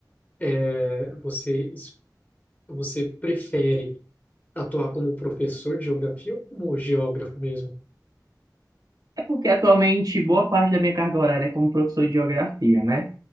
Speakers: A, on the left (about 25°); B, on the right (about 60°).
A: é, você, es- você prefere atuar como professor de geografia ou como geógrafo mesmo?
B: é porque atualmente boa parte da minha carga horária é como professor de geografia, né?